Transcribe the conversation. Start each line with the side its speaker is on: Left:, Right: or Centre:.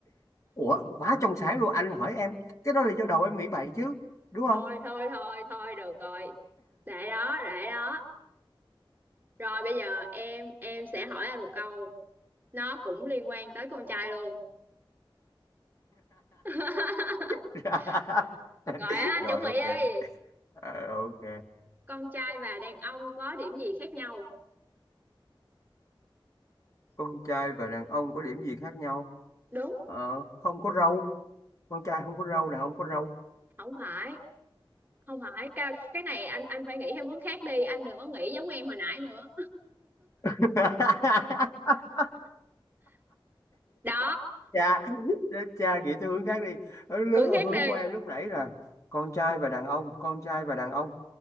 Left: ủa quá trong sáng luôn anh hỏi em cái đó là do đầu em nghĩ bậy chứ đúng
Right: Thôi
Left: không
Right: thôi thôi thôi được rồi. Để đó, để đó. Rồi bây giờ em em sẽ hỏi anh một câu, nó cũng liên quan tới con trai luôn. <laughs>
Left: <laughs>
Right: Rồi á, anh
Left: rồi
Right: chuẩn bị
Left: ok
Right: đi.
Left: Ờ, ok
Right: Con trai và đàn ông có điểm gì khác nhau?
Left: con trai và đàn ông có điểm gì khác nhau
Right: Đúng,
Left: Ờ, không có râu con trai không có râu đàn ông có râu
Right: không phải, không phải. Cái cái này anh anh phải nghĩ theo hướng khác đi, anh đừng có nghĩ giống em hồi nãy nữa
Left: Ừ. <laughs>
Right: đó
Left: cha <laughs> chết cha nghĩ theo hướng khác đi ở hướng
Right: thử
Left: ở
Right: khác
Left: hướng
Right: đi
Left: của em lúc nãy là con trai và đàn ông con trai và đàn ông